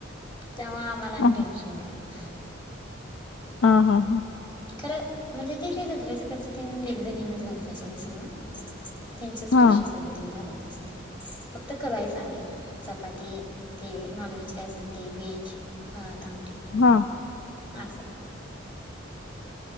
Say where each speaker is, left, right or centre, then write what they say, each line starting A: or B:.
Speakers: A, on the left (about 25°); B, on the left (about 70°).
A: तेेव्हा आम्हाला आणि
B: हा
A: टेन्शन नाही <inaudible>
B: ह हा
A: खरं म्हणजे ते काय जत्रेचा खर्च त लेखधनीनच घालते सगडं सगला त्यांचेच पैशसे
B: हा
A: सगळे त्यांनी घालायचे असतते फक्त करायचं आम्हील चपाती ते नॉन व्हेज काय असेल ते व्हेज भात आम
B: हा
A: आसं